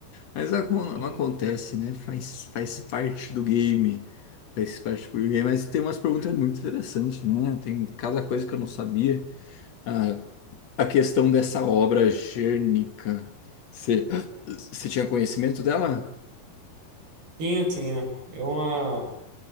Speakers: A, on the left; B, on the right.
A: Mas acon-
B: É,
A: acontece, né? Faz, faz parte do game. Faz parte do game. Mas tem umas perguntas muito interessantes, né? Tem cada coisa que eu não sabia. Ah, a questão dessa obra Gernica. Você você <gasps> tinha conhecimento dela?
B: Tinha, tinha. É uma...